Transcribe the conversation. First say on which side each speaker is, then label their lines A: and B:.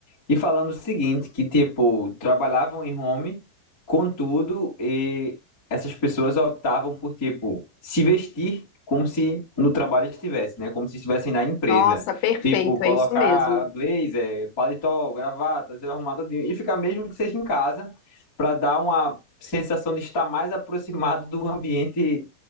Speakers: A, on the left; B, on the left.
A: e falando o seguinte, que tipo, trabalhavam em home, contudo, e essas pessoas optavam por tipo se vestir como se no trabalho estivesse, né? Como se estivessem na empresa.
B: Nossa, perfeito,
A: Tipo, colocar
B: é isso mesmo.
A: blazer, paletó, gravata, ser arrumado todinho, e ficar mesmo que seja em casa, para dar uma sensação de estar mais aproximado do ambiente